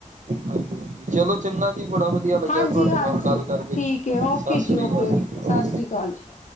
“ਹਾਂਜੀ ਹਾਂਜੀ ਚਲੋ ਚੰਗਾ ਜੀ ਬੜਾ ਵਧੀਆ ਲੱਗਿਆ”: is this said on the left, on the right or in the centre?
Right